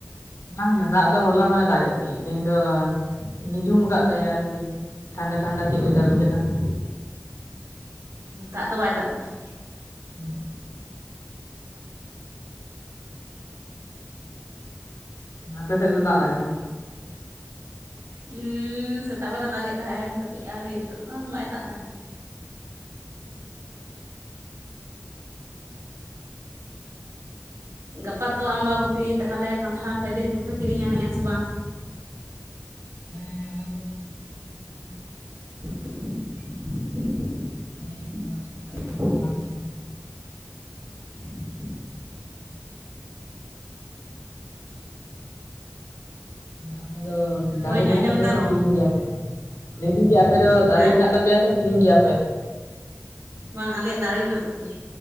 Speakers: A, on the left; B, on the right.
A: ᱵᱟᱝ ᱜᱮ ᱫᱟᱜ ᱫᱚ ᱦᱚᱞᱟ ᱱᱚᱜ ᱮ ᱫᱟᱜᱮᱫ ᱛᱟᱸᱷᱤ ᱛᱮᱦᱮᱧ ᱫᱚ, ᱱᱤᱡᱩᱢ ᱟᱠᱟᱫ ᱛᱟᱭᱟ ᱟᱨᱠᱤ ᱴᱷᱟᱱᱰᱟ ᱴᱷᱟᱱᱰᱟ ᱠᱤ ᱚᱭᱟ. ᱨᱫᱟᱨ ᱵᱩᱡᱷᱟᱹᱜ ᱠᱟᱱᱟ᱾
B: ᱫᱟᱜ ᱫᱚ ᱵᱟᱭ ᱫᱟᱜ ᱫᱟ ᱾
A: ᱦ ᱟᱯᱮ ᱥᱮᱫ ᱫᱚ ᱫᱟᱜ ᱫᱟᱭ ᱥᱮ ᱵᱟ?
B: ᱦᱮᱸ ᱥᱮᱛᱟᱜ ᱵᱮᱲᱟ ᱫᱟᱜ ᱮᱫ ᱛᱟᱦᱮᱸᱜ ᱠᱟᱴᱤ ᱟᱨ ᱱᱤᱛᱚᱜ ᱫᱚ ᱵᱟᱭ ᱫᱟᱜ ᱛᱟᱦᱮᱸᱜ ᱜᱟᱯᱟ ᱛᱚ ᱟᱢᱵᱟᱵᱚᱛᱤ ᱛᱟᱦᱚᱞᱮ ᱠᱟᱱᱴᱷᱟᱲ ᱠᱷᱟᱹᱡᱟᱹᱲᱤ ᱠᱚᱯᱮ ᱠᱤᱨᱤᱧᱟᱱᱮᱜᱼᱟ ᱥᱮ ᱵᱟᱝ?
A: ᱦᱮᱸ ᱚᱱᱟ ᱠᱚᱨᱮ ᱠᱤᱨᱤᱧ ᱦᱩᱭ ᱠᱟᱱᱟ
B: <unintelligible>
A: ᱛᱮᱦᱮᱧ ᱱᱚᱣᱟ ᱥᱟᱭᱤᱰ ᱥᱮᱫ ᱨᱮ ᱦᱟᱴ ᱛᱟᱦᱮᱸ ᱠᱟᱱᱟ᱾
B: <unintelligible>
A: ᱦᱮᱸ ᱟᱯᱮ ᱫᱚ ᱫᱟᱨᱮ
B: ᱵᱟᱹᱧ
A: ᱢᱮᱱᱟᱜ
B: ᱟᱸᱡᱚᱢ
A: ᱛᱟᱯᱮᱭᱟ
B: ᱮᱫᱟ
A: ᱥᱮ
B: ᱨᱚᱲ
A: ᱠᱤᱨᱤᱧ ᱜᱮᱭᱟ ᱯᱮ ᱞᱟᱹᱭᱫᱟᱹᱧ ᱡᱮ ᱟᱯᱮ ᱫᱚ ᱫᱟᱨᱮ
B: ᱦᱮᱸ
A: ᱢᱮᱱᱟᱜ ᱛᱟᱯᱮ? ᱯᱮᱭᱟ ᱥᱮ ᱠᱤᱨᱤᱧ ᱜᱮᱭᱟ ᱯᱮ?
B: ᱵᱟᱝ ᱟᱞᱮᱭᱟᱜ ᱫᱟᱲᱮ ᱢᱮᱱᱟᱜ ᱛᱟᱞᱮᱭᱟ